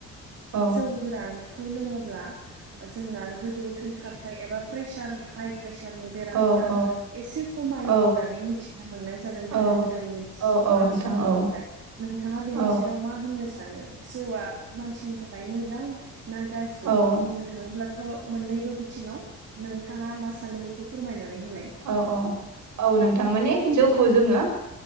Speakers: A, on the right; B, on the right.
A: औ
B: जौ गोरानखौ लोङोब्ला जोंना गोजौ थै खारथाय एबा प्रेसार हाइ प्रेसारनि बेरामफ्रा
A: औ
B: एसे खमायो
A: औ
B: होननानै मिथिनो मोननाय जादों गोदो
A: औ
B: गोदायनि
A: औ औ
B: मानसिफोरनिफ्राय
A: नोंथां औ
B: नोंथाङा बेनि
A: औ
B: सायाव मा होननो सानो जौआ मानसिनि थाखाय मोजां ना गाज्रि
A: औ
B: बुंनो थाङोब्लाथ' मोननैबो बिथिङाव नोंथाङा मा सानो बेखौ फोरमायनानै होलाय
A: औ औ औ नोंथां माने जौखौ जोङो